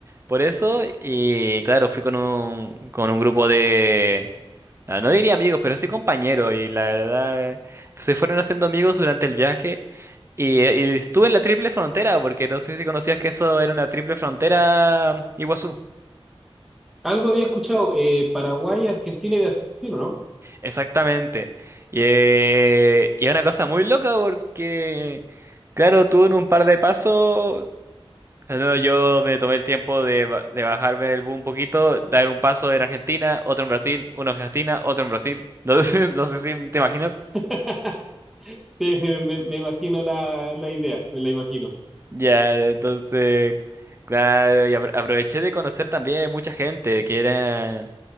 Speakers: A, on the right; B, in the centre.
A: por eso y claro, fui con un, con un grupo de, ah, no diría amigos, pero sí compañeros y la verdad se fueron haciendo amigos durante el viaje y, y estuve en la triple frontera porque no sé si conocías que eso era una triple frontera Iguazú.
B: Algo había escuchado, eh, Paraguay, Argentina y Brasil, ¿no?
A: Exactamente. Y, eh, y es una cosa muy loca porque, claro, tú en un par de pasos Ah, No, yo me tomé el tiempo de, ba- de bajarme del boom un poquito, dar un paso en Argentina, otro en Brasil, uno en Argentina, otro en Brasil. <laughs> No sé, no sé si te imaginas.
B: <laughs> Sí, sí, me, me imagino la, la idea, me la imagino.
A: Ya, entonces, claro, y apro- aproveché de conocer también mucha gente, que era